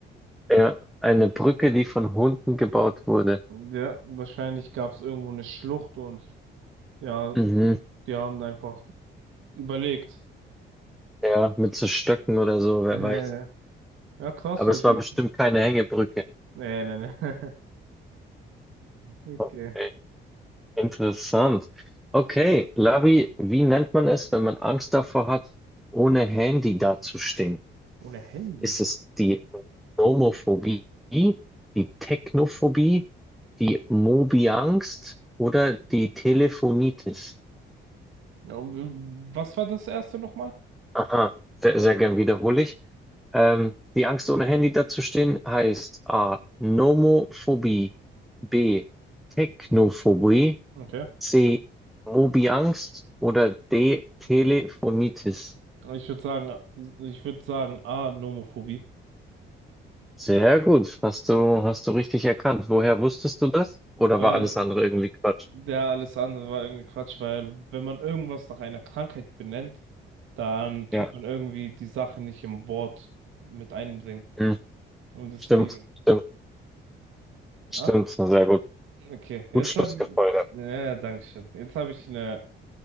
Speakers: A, in the centre; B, on the right (about 85°).
A: ja, eine Brücke, die von Hunden gebaut wurde.
B: Ja, wahrscheinlich gab es irgendwo eine Schlucht und ja,
A: Mhm.
B: die haben einfach überlegt.
A: Ja, mit so Stöcken oder so, wer
B: Äh,
A: weiß.
B: ja, krass,
A: Aber
B: also
A: es war
B: ich.
A: bestimmt keine Hängebrücke.
B: Nee, nee, nee. <laughs> Okay.
A: Okay. Interessant. Okay, Lavi, wie nennt man es, wenn man Angst davor hat, ohne Handy dazustehen?
B: Ohne Handy.
A: Ist es die Nomophobie, die Technophobie, die Mobiangst oder die Telefonitis?
B: Ja, und was war das erste nochmal?
A: Aha, sehr, sehr gern wiederhole ich. Ähm, die Angst, ohne Handy dazustehen, heißt A. Nomophobie, B. Technophobie,
B: Okay.
A: C. Mobiangst oder D. Telefonitis.
B: Ich würde sagen, ich würde sagen, A, Nomophobie.
A: Sehr gut, hast du, hast du richtig erkannt. Woher wusstest du das? Oder
B: Äh,
A: war alles andere irgendwie Quatsch?
B: ja, alles andere war irgendwie Quatsch, weil wenn man irgendwas nach einer Krankheit benennt, dann tut
A: Ja.
B: man irgendwie die Sache nicht im Wort mit einbringen.
A: Hm.
B: Und deswegen.
A: Stimmt, stimmt, stimmt.
B: Ah,
A: Sehr gut.
B: okay, jetzt
A: Gut Schlussgefolgert.
B: habe ich. Ja, ja, danke schön. Jetzt habe ich eine